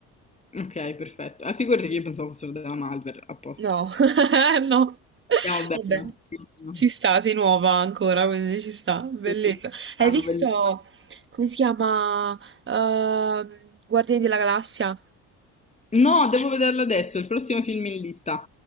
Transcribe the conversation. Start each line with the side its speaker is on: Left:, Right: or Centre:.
Left: Ok, perfetto. Ah, figurati che io pensavo fossero della Malware, a posto.
Right: No, <laughs> no.
Left: Andiamo bene.
Right: Va bene.
Left: Sì, no.
Right: Ci sta, sei nuova ancora, quindi ci sta. Bellissimo.
Left: Sì, sì, sì. Strano,
Right: Hai visto,
Left: bellissimo.
Right: come si chiama? Ehm, Guardiani della Galassia?
Left: No, devo vederlo adesso, il prossimo film in lista.